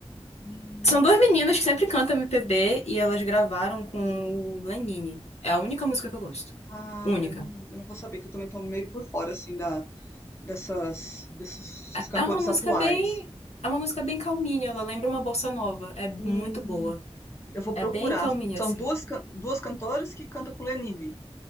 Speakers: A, on the left; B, on the left.
A: Hum.
B: São duas meninas que sempre cantam MPB e elas gravaram com o Lenine. É a única música que eu gosto.
A: Ah,
B: Única.
A: eu não, eu não vou saber, que eu também tô meio por fora, assim, da, dessas, desses desses
B: É
A: cantores
B: é uma música
A: atuais.
B: bem é uma música bem calminha, ela lembra uma bossa nova, é
A: Hum,
B: muito boa.
A: eu vou
B: É
A: procurar.
B: bem calminha
A: São
B: assim.
A: duas, can- duas cantoras que cantam com Lenine.